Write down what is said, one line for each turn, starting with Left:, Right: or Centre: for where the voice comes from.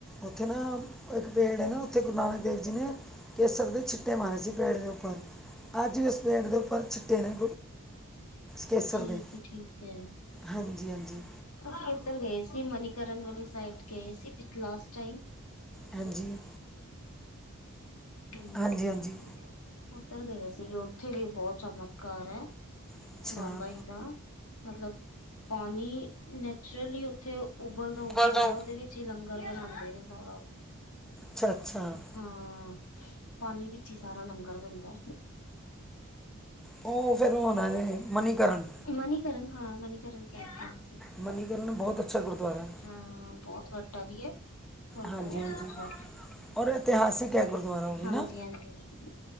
Centre: ਉੱਥੇ ਨਾ, ਇੱਕ ਪੇੜ ਹੈ ਨਾ, ਉੱਥੇ ਗੁਰੂ ਨਾਨਕ ਦੇਵ ਜੀ ਨੇ ਕੇਸਰ ਦੇ, ਛਿੱਟੇ ਮਾਰੇ ਸੀ, ਪੇੜ ਦੇ ਉੱਪਰ। ਅੱਜ ਵੀ, ਉਸ ਪੇੜ ਦੇ ਉੱਪਰ ਛਿੱਟੇ ਨੇ, ਕੇਸਰ
Left: ਠੀਕ
Centre: ਦੇ।
Left: ਹੈ ਠੀਕ ਹੈ‌।
Centre: ਹਾਂਜੀ- ਹਾਂਜੀ।
Left: ਅਸੀਂ ਇੱਧਰ ਗਏ ਸੀ, ਮਨੀਕਰਨ ਵਾਲੀ, ਸਾਈਡ ਗਏ ਸੀ, ਲਾਸਟ ਟਾਈਮ।
Centre: ਹਾਂਜੀ।
Left: ਹਮ,
Centre: ਹਾਂਜੀ ਹਾਂਜੀ
Left: ਉੱਧਰ ਗਏ ਸੀਗੇ, ਉੱਥੇ ਵੀ ਬਹੁਤ ਚਮਤਕਾਰ ਹੈ।
Centre: ਅੱਛਾ
Left: ਬਾਬਾ ਜੀ ਦਾ, ਮਤਲਬ ਪਾਣੀ ਨੈਚੁਰਲੀ ਉੱਥੇ ਉਬਲਦਾ- ਉਬਲਦਾ,
Centre: ਬੋਲ ਦੋ
Left: ਉਹਦੇ ਵਿੱਚ ਹੀ ਲੰਗਰ ਬਣਾਉਂਦੇ ਨੇ, ਸਾਰਾ ਉਹ।
Centre: ਅੱਛਾ- ਅੱਛਾ।
Left: ਹਾਂ, ਪਾਣੀ ਵਿੱਚ ਹੀ ਸਾਰਾ ਲੰਗਰ ਬਣਦਾ।
Centre: ਉਹ, ਫਿਰ ਹੋਣਾ ਨੇ ਮਨੀਕਰਨ।
Left: ਮਨੀਕਰਨ, ਹਾਂ ਮਨੀਕਰਨ ਸਾਹਿਬ ਕਿਹਾ ਸੀ।
Centre: ਮਨੀਕਰਨ, ਬਹੁਤ ਅੱਛਾ ਗੁਰਦੁਆਰਾ ਹੈ।
Left: ਹਾਂ, ਬਹੁਤ ਵੱਡਾ ਵੀ ਹੈ। ਹੋਰ
Centre: ਹਾਂਜੀ-
Left: ਬਹੁਤ
Centre: ਹਾਂਜੀ,
Left: ਅੱਛਾ
Centre: ਔਰ ਇਤਿਹਾਸਿਕ ਹੈ, ਗੁਰਦੁਆਰਾ ਉਹ ਵੀ
Left: ਹਾਂਜੀ
Centre: ਨਾ।
Left: ਹਾਂਜੀ